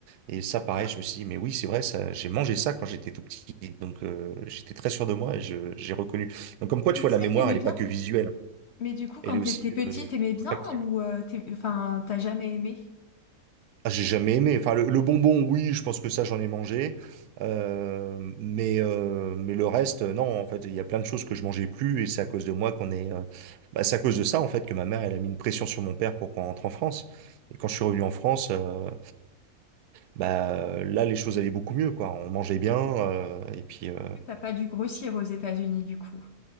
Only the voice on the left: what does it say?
d'accord.
Et
est-ce
que
t'aimais
bien?
Mais du coup, quand
t'étais petite,
t'aimais bien
ou euh, t'aim- enfin, t'as jamais aimé?
Parce
que
t'as pas dû grossir aux États-Unis, du coup.